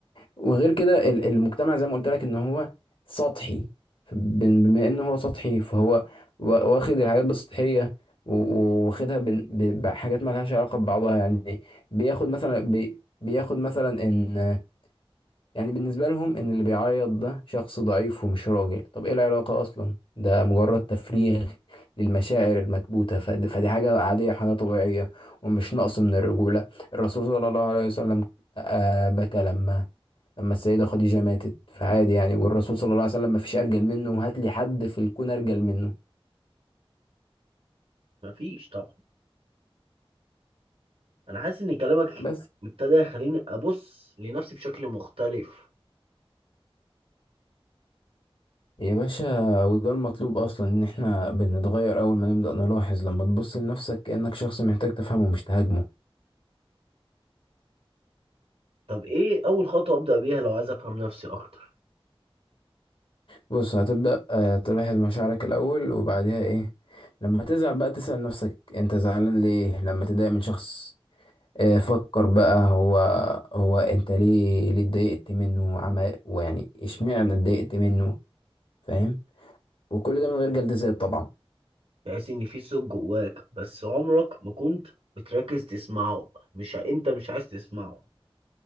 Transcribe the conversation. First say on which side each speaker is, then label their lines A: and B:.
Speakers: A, on the left; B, on the right.
A: وغير كده ال- المجتمع زي ما قلت لك ان هو سطحي بن- بما ان هو سطحي فهو وا- واخد الحاجات بالسطحيه و- و- واخدها بن- ب- بحاجات ما لهاش علاقه ببعضها يعني بياخد مثلا بي بياخد مثلا ان يعني بالنسبه لهم ان اللي بيعيط ده شخص ضعيف ومش راجل طب ايه العلاقه اصلا ده مجرد تفريغ للمشاعر المكبوته فد- فدي حاجه عاديه حاجه طبيعيه ومش نقص من الرجوله الرسول صلى الله عليه وسلم آه، بكى لما لما السيدة خديجة ماتت فعادي يعني والرسول صلى الله عليه وسلم ما فيش أرجل منه هات لي حد في الكون أرجل منه
B: مفيش طبعا أنا حاسس إن كلامك
A: بس
B: ابتدى يخليني أبص لنفسي بشكل مختلف
A: يا باشا وده المطلوب أصلا إن إحنا بنتغير أول ما نبدأ نلاحظ لما تبص لنفسك كأنك شخص محتاج تفهمه مش تهاجمه
B: طب إيه أول خطوة أبدأ بيها لو عايز أفهم نفسي أكتر
A: بص هتبدأ آه، تلاحظ مشاعرك الأول وبعدها إيه لما تزعل بقى تسأل نفسك أنت زعلان ليه لما تضايق من شخص آه، فكر بقى هو هو أنت ليه ليه اتضايقت منه وعمل ويعني إشمعنى اتضايقت منه فاهم وكل ده من غير جلديات طبعا
B: تحس إن في صوت جواك بس عمرك ما كنت بتركز تسمعه مش ع- أنت مش عايز تسمعه